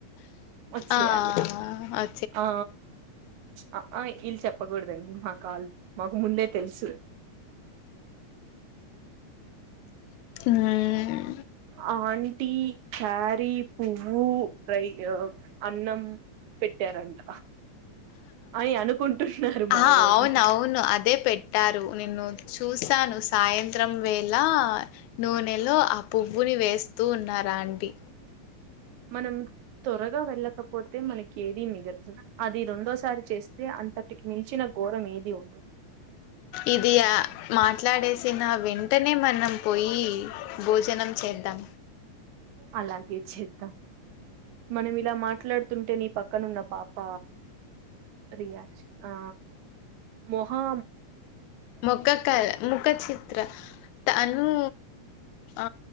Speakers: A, on the right (about 80°); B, on the left (about 80°).
A: వచ్చేయాలి
B: ఆ ఓ
A: ఆ అఆఇఈ లు చెప్పకూడదండి మా కాల్లు మాకు ముందే తెలుసు
B: మ్మ్
A: అవున్ టీ క్యారీ పువ్వు రై అన్నం పెట్టారంట అని అనుకుంటున్నారు మా
B: ఆ
A: వోళ్ళు
B: అవును అవును అదే పెట్టారు నిన్ను చూసాను సాయంత్రం వేళ నూనెలో ఆ పువ్వుని వేస్తూ ఉన్నారు ఆంటీ.
A: మనం త్వరగా వెళ్ళకపోతే మనకి ఏది. అది రెండోసారి చేస్తే అంతటికి మించిన ఘోరం ఏది ఉండదు.
B: ఇది ఆ, మాట్లాడేసిన వెంటనే మనం పోయి భోజనం చేద్దాం
A: అలాగే చేద్దాం మనం ఇలా మాట్లాడు తుంటే నీ పక్కనున్న పాప రియాన్ ఆ మొహా
B: ముఖ క ముఖ చిత్ర తనుూ ఆ